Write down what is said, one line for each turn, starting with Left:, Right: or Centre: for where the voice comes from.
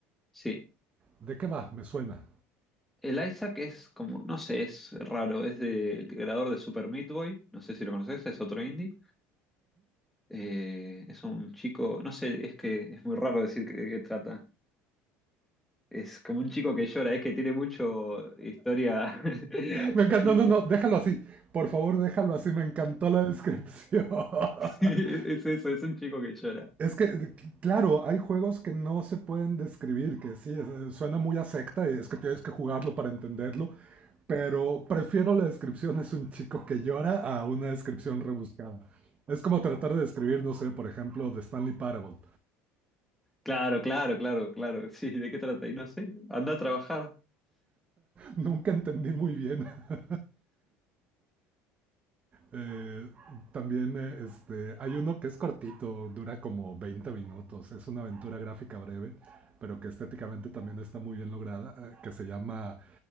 Centre: Sí.
Right: ¿De qué va? Me suena.
Centre: El Isaac es como, no sé, es raro, es del creador de Super Meat Boy, no sé si lo conoces, es otro indie. Eh, es un chico, no sé, es que es muy raro decir que- de qué trata. Es como un chico que llora, es que tiene mucho historia. <laughs>
Right: Me encanta. No, no, no, déjalo así. Por favor, déjalo así. Me encantó la descripción. <laughs>
Centre: Es, es eso, es un chico que llora.
Right: Es que, claro, hay juegos que no se pueden describir, que sí, es- eh, suena muy a secta y es que tienes que jugarlo para entenderlo. Pero prefiero la descripción es un chico que llora a una descripción rebuscada. Es como tratar de describir, no sé, por ejemplo, de Stanley Parable.
Centre: Claro, claro, claro, claro. Sí, ¿de qué trata? Y no sé, anda a trabajar.
Right: Nunca entendí muy bien. <laughs> Eh, también eh, este, hay uno que es cortito, dura como 20 minutos, es una aventura gráfica breve, pero que estéticamente también está muy bien lograda, eh, que se llama